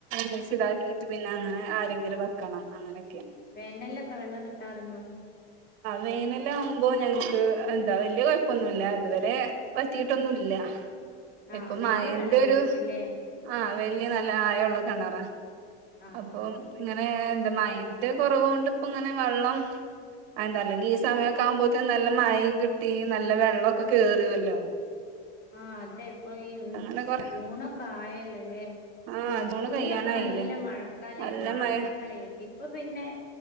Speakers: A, on the right; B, on the left.
A: മിക്സിടാക്കിട്ട് പിന്നെ അങ്ങനെ ആരെങ്കിലും വെക്കണം അങ്ങനെ
B: വേനല്ലൊക്കെ വെള്ളം കിട്ടാറുണ്ടോ
A: വേനൻ ആവുമ്പോ ഞങ്ങക്ക് എന്താ വലിയ കുഴപ്പൊന്നുല്ല ഇതുവരെ പറ്റിട്ടൊന്നും ഇല്ല
B: ആഹ്
A: ഇപ്പൊ
B: വല്യ
A: മഴൻ്റെ
B: കിണറായിരിക്കുംല്ലേ
A: ഒരു ആ വല്യ നല്ല ആഴം ഉള്ള കിണറാ
B: ആഹ്
A: അപ്പോ നിങ്ങ അങ്ങനെ എന്താ മഴൻ്റെ കുറവ് കൊണ്ട് ഇപ്പ ഇങ്ങനെ വെള്ളം അന്താ അല്ലെങ്കിൽ ഈ സമയമൊക്കെ ആകുമ്പോഴത്തേ നല്ല മഴയും കിട്ടി നല്ല വെള്ളമൊക്കെ കേറുവല്ലോ
B: ആ അതെ ഇപ്പൊ ഈ
A: അങ്ങനെ കൊറ
B: ജൂണൊക്കെ ആയല്ലോല്ലേ
A: ആ ജൂണ്
B: ജൂണിലൊക്കെ
A: കഴിയാനായില്ലേ
B: നല്ല മഴക്കാലായിരുന്നു
A: നല്ല മഴ
B: ആദ്യം കളിൽ ഇപ്പൊ പിന്നെ